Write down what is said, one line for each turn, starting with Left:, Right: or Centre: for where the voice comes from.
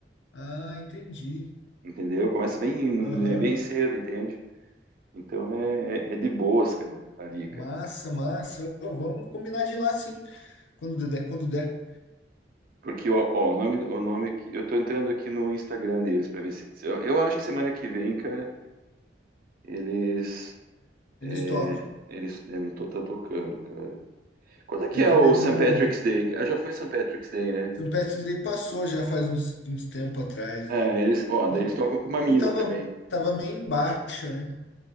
Left: Ah, entendi.
Right: Entendeu? Começa bem,
Left: Aham.
Right: é bem cedo, entende? Então é, é de boas, cara, ali, cara.
Left: Massa, massa. Ô, vamos combinar de ir lá sim, quando der, quando der.
Right: Porque, ó, ó, o nome, o nome que eu tô entrando aqui no Instagram deles pra ver se. se- Eu, eu acho que semana que vem, cara, eles. é,
Left: Eles tocam.
Right: eles devem estar tocando, cara. Quando é que
Left: Tem
Right: é
Left: que
Right: o
Left: ver
Right: St.
Left: no.
Right: Patrick's Day? Ah, já foi St. Patrick's Day, né?
Left: St. Patrick's Day passou já faz uns, uns tempo atrás
Right: Ah,
Left: aí.
Right: eles, ó,
Left: Não,
Right: daí eles tocam com uma
Left: não
Right: mina
Left: tava,
Right: também.
Left: tava meio embaixo, né?